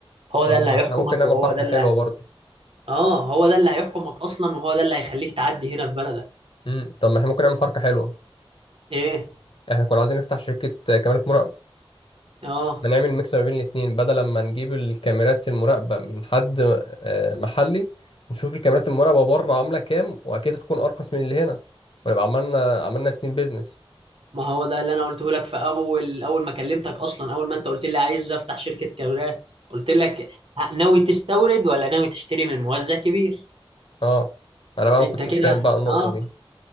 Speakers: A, on the right; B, on the left.
A: هو
B: طب
A: ده اللي
B: ما
A: هيحكمك
B: احنا ممكن نعمل
A: وهو
B: حركة
A: ده اللي
B: حلوة برضه
A: اه هو ده اللي هيحكمك اصلا وهو ده اللي هيخليك تعدي هنا في بلدك
B: امم طب ما احنا ممكن نعمل حركة حلوة
A: ايه
B: احنا كنا عايزين نفتح شركة كاميرات مراقبة
A: اه
B: ما نعمل ميكس ما بين الاتنين بدل ما نجيب الكاميرات المراقبة من حد آه، محلي نشوف الكاميرات المراقبة بره عاملة كام واكيد هتكون ارخص من اللي هنا ونبقى عملنا عملنا الاتنين بيزنس
A: ما هو ده اللي انا قلته لك في اول اول ما كلمتك اصلا اول ما انت قلت لي عايز افتح شركة كاميرات قلت لك ه- ناوي تستورد ولا ناوي تشتري من موزع كبير
B: اه انا بقى
A: انت
B: ما كنتش
A: كده
B: فاهم بقى النقطة
A: اه
B: دي